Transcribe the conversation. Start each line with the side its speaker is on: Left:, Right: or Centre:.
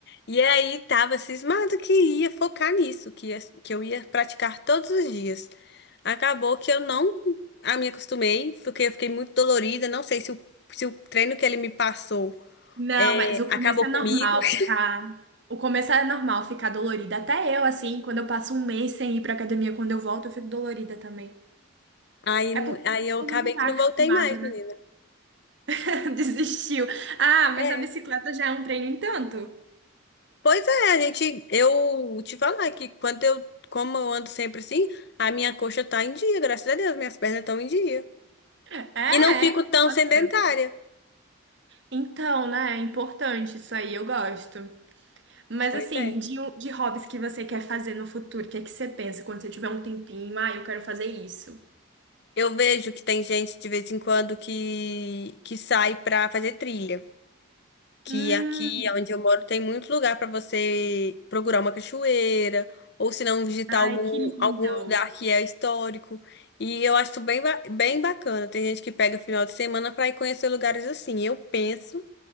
Left: E aí tava cismado que ia focar nisso, que ia- que eu ia praticar todos os dias. Acabou que eu não a me acostumei, porque eu fiquei muito dolorida, não sei se o, se o treino que ele me passou
Right: Não,
Left: é,
Right: mas o
Left: acabou
Right: começo é
Left: comigo.
Right: normal
Left: <laughs>
Right: ficar. O começo é normal ficar dolorida. Até eu, assim, quando eu passo um mês sem ir pra academia, quando eu volto, eu fico dolorida também.
Left: Aí,
Right: É porque
Left: aí
Right: o
Left: eu
Right: corpo
Left: acabei
Right: não tá
Left: que não
Right: acostumado,
Left: voltei mais, menina.
Right: <laughs> Desistiu. Ah, mas
Left: É.
Right: a bicicleta já é um treino em tanto.
Left: Pois é, a gente, eu te falar que quando eu, como eu ando sempre assim, a minha coxa tá em dia, graças a Deus, minhas pernas estão em dia.
Right: É, é.
Left: E não fico tão
Right: Nossa.
Left: sedentária.
Right: Então, né? É importante isso aí, eu gosto. Mas
Left: Pois
Right: assim,
Left: é.
Right: de, um- de hobbies que você quer fazer no futuro, o que é que você pensa quando você tiver um tempinho? Ah, eu quero fazer isso.
Left: Eu vejo que tem gente de vez em quando que, que sai pra fazer trilha. Que
Right: Hum,
Left: aqui onde eu moro tem muito lugar pra você procurar uma cachoeira, ou se não, visitar
Right: ai,
Left: algum,
Right: que lindo.
Left: algum lugar que é histórico. E eu acho bem, ba- bem bacana. Tem gente que pega final de semana pra ir conhecer lugares assim. Eu penso